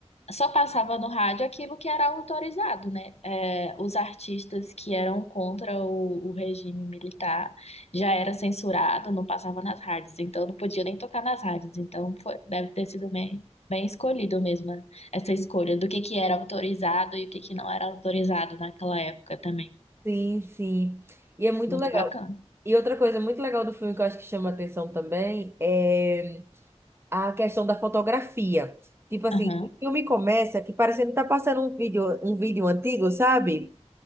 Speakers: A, on the left (about 65°); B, on the right (about 20°).
A: Só passava no rádio aquilo que era autorizado, né? É, os artistas que eram contra o, o regime militar já era censurado, não passava nas rádios, então não podia nem tocar nas rádios. Então foi- deve ter sido bem, bem escolhido mesmo né, essa escolha do que que era autorizado e o que que não era autorizado naquela época também.
B: Sim, sim. E é muito
A: Muito
B: legal.
A: bacana.
B: E outra coisa muito legal do filme que eu acho que chama atenção também é a questão da fotografia. Tipo assim,
A: Aham.
B: o filme começa que parecendo que tá passando um vídeo, um vídeo antigo, sabe?